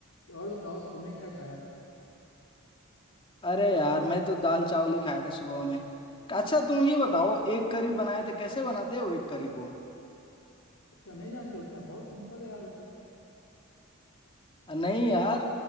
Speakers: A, on the left; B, on the left.
A: और बताओ तुमने क्या खाया
B: अरे यार मैं तो दाल चावल ही खाया था सुबह में अच्छा तुम ये बताओ एक करी बनाए थे कैसे बनाते हो एक करी को
A: अच्छा नहीं जानते हो क्या बहुत सिंपल है यार वो तो
B: नहीं यार